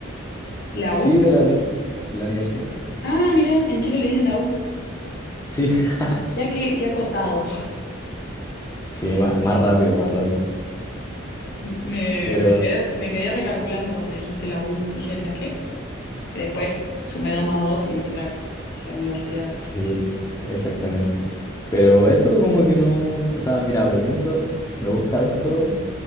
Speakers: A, on the left; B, on the left.
A: ¿La
B: Sí,
A: U?
B: de la, uni- de la universidad.
A: Ah, mira, en Chile le dicen la U.
B: Sí, <laughs>
A: Ya que, que acotado.
B: sí, más, más rápido, más rápido.
A: <laughs> Me,
B: Pero
A: me quedé, me quedé recalculando cuando dijiste la U. Dije, ¿la qué? Después sumé dos más dos y dije, claro, es la universidad.
B: sí, exactamente. Pero eso como que no, o sea, mira, por ejemplo, me gusta harto